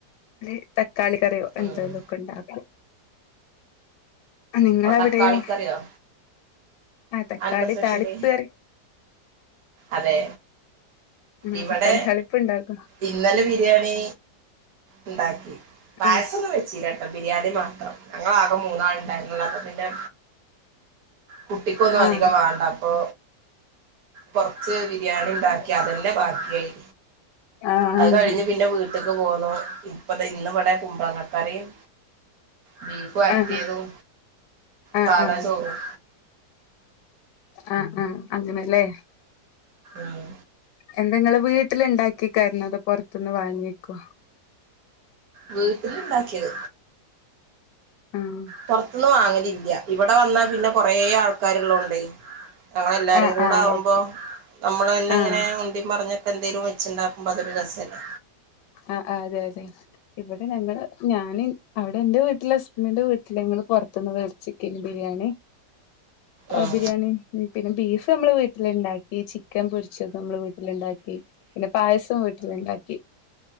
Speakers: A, on the left (about 80°); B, on the right (about 65°).
A: <unintelligible> തക്കാളി കറിയോ
B: ഉം
A: എന്തെലൊക്കെണ്ടാക്കു ആഹ് നിങ്ങളവിടെയോ?
B: ഓഹ് തക്കാളിക്കറിയോ
A: ആഹ് തക്കാളി
B: അതെന്താ സ്പെഷ്യല്
A: താളിപ്പ്കറി.
B: അതെ.
A: ആഹ്,
B: ഇവിടെ
A: തക്കളിതാളിപ്പ്ണ്ടാ <unintelligible>
B: ഇന്നലെ ബിരിയാണീ ഇണ്ടാക്കി. പായസൊന്നും
A: ആഹ്
B: വെച്ചീലാട്ടോ ബിരിയാണി മാത്രം. ഞങ്ങളാകെ മൂന്നാൾണ്ടായി ന്നപ്പപിന്നെ കുട്ടിക്കൊന്നു
A: ആഹ്
B: അധികം വാണ്ടപ്പോ കൊർച്ച് ബിരിയാണിണ്ടാക്കി,
A: ആഹ്
B: അതെന്നെ ബാക്ക്യായി.
A: ആഹ്
B: അത് കഴിഞ്ഞ് പിന്നെ വീ ട്ട്ക്ക് പോന്നു. ഇപ്പതെ ഇന്ന്വടെ കുമ്പളങ്ങക്കറിം ബീഫ് വര്ട്ട്യതൂം
A: ആഹ് ആഹ്
B: സാദാ
A: ആഹ്
B: ചോറും.
A: ആഹ്, ആഹ് അങ്ങനെലേ
B: ആഹ്.
A: എന്തെ ങ്ങള് വീട്ട്ല്ണ്ടാക്കിക്കാര്ന്നോ തോ പൊർത്ത്ന്ന് വാങ്ങിക്കോ
B: വീട്ടില്ണ്ടാക്ക്യത്.
A: ആഹ്
B: പൊർത്ത്ന്ന് വാങ്ങലില്ല്യ. ഇവടെ വന്നാപിന്നെ കൊറേ ആൾക്കാരുള്ളോ ണ്ട് ഞങ്ങളെല്ലാരും
A: ആഹ്
B: കൂടാവുമ്പോ
A: ആഹ് ഓക്കെ
B: നമ്മളെന്നെങ്ങനെ
A: ആഹ്
B: മുണ്ടിം പറഞ്ഞ എന്തേലും വച്ചുണ്ടാക്കുമ്പോ അതൊരു രസല്ലേ.
A: ആഹ്, ആഹ്, അതെ അതെ. ഇവിടെ ഞങ്ങള് ഞാന് അവടെ ന്റെ വീട്ട്ല് ഹസ്ബൻ്റ് വീട്ട്ല് ങ്ങള് പൊറത്ത്ന്ന് വേട്ച്ച്ക്കയ്നി ബിരിയാണി. ആഹ്,
B: ഉം
A: ബിരിയാണി ഉം പിന്നെ ബീഫ് അമ്മള് വീട്ടില്ണ്ടാക്കി. ചിക്കൻ പൊരിച്ചത് അമ്മള് വീട്ടില്ണ്ടാക്കി. പിന്നെ പായസോം വീട്ട്ല്ണ്ടാക്കി.